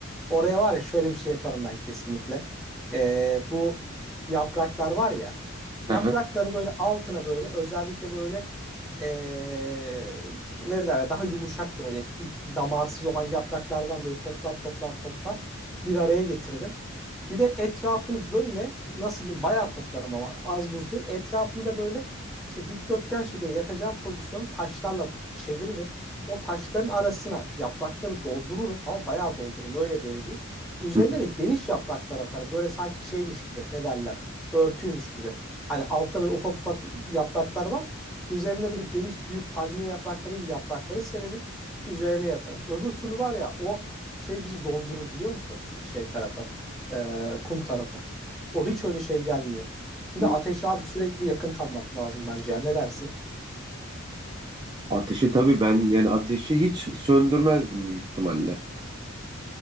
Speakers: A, in the centre; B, on the right.
A: Oraya var ya şöyle bir şey yaparım ben kesinlikle. Ee, bu yapraklar var ya. Yaprakları
B: Aha.
A: böyle altına böyle özellikle böyle ee, ne derler daha yumuşak böyle ip- damarsız olan yapraklardan böyle toplar toplar toplar bir araya getiririm. Bir de etrafını böyle nasıl diyeyim bayağı toplarım ama az buz değil. Etrafında böyle işte dikdörtgen şekilde yatacağım pozisyonu taşlarla çeviririm. O taşların arasına yaprakları doldururum ama bayağı doldururum öyle böyle değil. Üzerine
B: Hı hı.
A: de geniş yapraklar atarım. Böyle sanki şeymiş gibi ne derler örtüymüş gibi. Hani altta böyle ufak ufak yapraklar var. Üzerine böyle geniş büyük palmiye yaprakları gibi yaprakları sererim. Üzerine yatarım. Öbür türlü var ya o şey bizi dondurur biliyor musun? Şey tarafı. Ee, kum tarafı. O hiç öyle şey gelmiyor. Bir
B: Hı.
A: de ateşe abi sürekli yakın kalmak lazım bence ya. Ne dersin?
B: Ateşi tabii ben yani ateşi hiç söndürmezdim büyük ihtimalle.